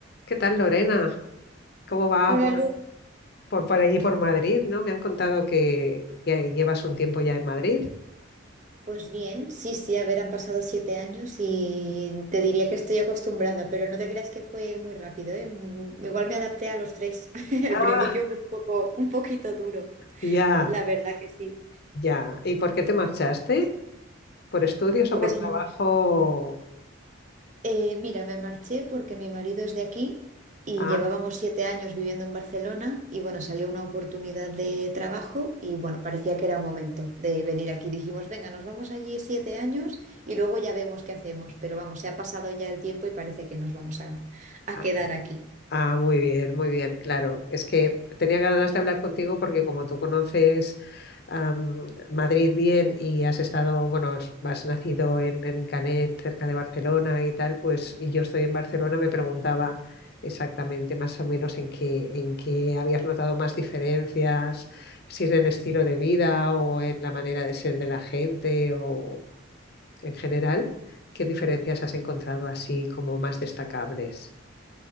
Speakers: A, on the left; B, on the right.
A: ¿Qué tal, Lorena? ¿Cómo va
B: Hola
A: por,
B: Lu,
A: por, por ahí, por Madrid? ¿No? Me han contado que, que llevas un tiempo ya en Madrid.
B: Pues bien, sí, sí, a ver, han pasado siete años y te diría que estoy acostumbrada, pero no te creas que fue muy rápido, ¿eh? Mm, Igual me adapté a los tres. <laughs>
A: Ah,
B: Al principio fue un poco, un poquito duro,
A: ya,
B: la verdad que sí.
A: ya. ¿Y por qué te marchaste? ¿Por estudios o
B: Pues
A: por trabajo?
B: mm, Eh, mira, me marché porque mi marido es de aquí y
A: Ah,
B: llevábamos siete años viviendo en Barcelona y bueno, salió una oportunidad de trabajo y bueno, parecía que era momento de venir aquí. Dijimos, venga, nos vamos allí siete años y luego ya vemos qué hacemos, pero vamos, se ha pasado ya el tiempo y parece que nos vamos a, a
A: ah,
B: quedar aquí.
A: ah, muy bien, muy bien, claro. Es que tenía ganas de hablar contigo porque como tú conoces am, Madrid bien y has estado, bueno, has, has nacido en, en Canet, cerca de Barcelona y tal, pues y yo estoy en Barcelona, me preguntaba exactamente más o menos en qué, en qué habías notado más diferencias, si en el estilo de vida o en la manera de ser de la gente o en general, ¿qué diferencias has encontrado así como más destacables?